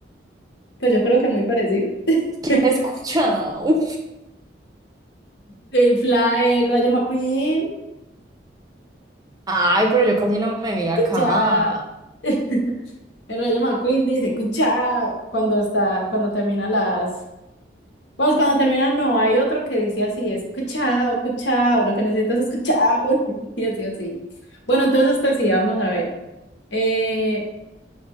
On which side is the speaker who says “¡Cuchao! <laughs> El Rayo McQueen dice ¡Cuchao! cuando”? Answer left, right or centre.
Left